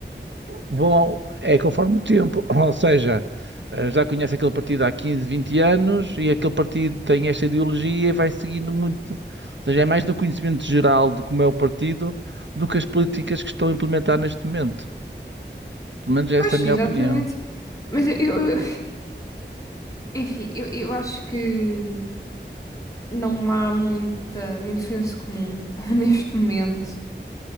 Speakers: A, on the right (about 75°); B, on the left (about 15°).
A: vão ao- é conforme o tempo, <laughs> ou seja, eh, já conhece aquele partido há 15, 20 anos e aquele partido tem esta ideologia e vai seguindo muito. Ou seja, é mais do conhecimento geral de como é o partido do que as políticas que estão a implementar neste momento. Pelo menos essa
B: Pois,
A: é a minha
B: exatamente.
A: opinião.
B: Mas eu, eu- eu- enfim, eu, eu acho que não há muita, muito senso comum <laughs> neste momento.